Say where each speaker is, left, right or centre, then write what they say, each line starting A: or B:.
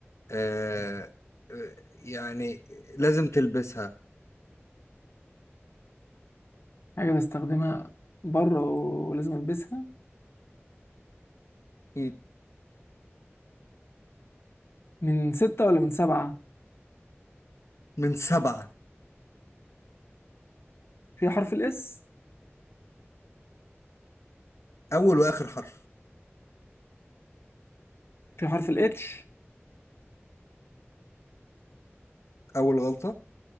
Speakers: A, on the left (about 85°); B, on the left (about 60°).
A: آه آه، يعني لازم تلبسها
B: حاجة بستخدمها بره و- ولازم البسها
A: مم.
B: من ستة ولا من سبعة
A: من سبعة
B: في حرف الاس
A: أول وآخر حرف
B: في حرف الاتش
A: أول غلطة